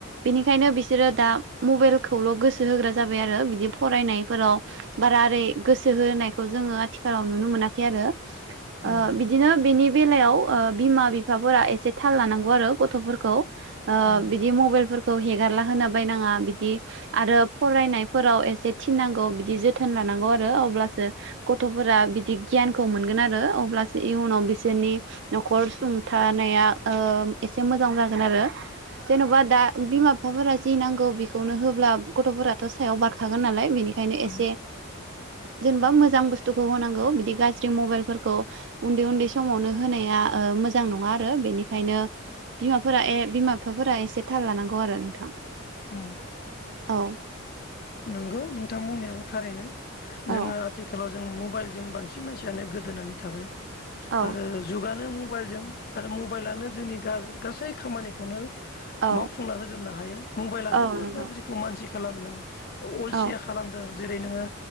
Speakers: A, on the right (about 55°); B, on the left (about 45°).
A: बिनिखायनो बिसोरो दा मबाइलखौल' गोसो होग्रा जाबाय आरो बिदि फरायनायफोराव बारा ओरै गोसो होनायखौ आथिखालाव नुनो मोनाखै ओ
B: औ
A: बिदिनो बिनि बे बेलायाव बिमा बिफाफोरा एसे थाल लानांगौ आरो गथ'फोरखौ। ओ
B: औ
A: बिदि मबाइल फोर खौ हेगारला होना बायनाङा बिदि आरो फरायनायफोराव एसे थिननांगौ बिदि जोथोन लानांगौ आरो अब्लासो गथ'फोरा बिदि गियानखौ मोनगोन आरो अब्लासो इयुनाव बिसोरनि न'खर सुंथानाया ओ एसे मोजां जागोन आरो जेन'बा दा बिमा बिफाफोरा जि नांगौ बेखौनो होब्ला गथ'फोराथ' सायाव बारखागोन नालाय बेनिखायनो
B: औ
A: एसे जेनेबा मोजां बुस्थुखौ होनांगौ बिदि गाज्रि मबाइलफोरखौ उन्दै-उन्दै समावनो होनाया मोजां नङा आरो बेनिखायनो बिमाफोरा ए बिमा बिफाफोरा एसे थाल लानांगौ । गौ आरो नथां।
B: औ
A: औ
B: नंगौ नोंथां बुंनायाबो थारैनो।
A: औ
B: जोङो आथिखालाव जों मबाइल जों बांसिन मानसियानो गोदोनानै थाबाय।
A: औ
B: आरो जुगानो मु मबाइलजों आरो मबाइलानो जोंनि ग गासै खामानिखौनो
A: औ
B: मावफुंना होजोबनो हायो। मबाइला
A: औ
B: जोबोर
A: नंगौ
B: गाज्रिखौ मानसि खालामदों अलसिया
A: औ
B: खालामदों। जेरै नोङो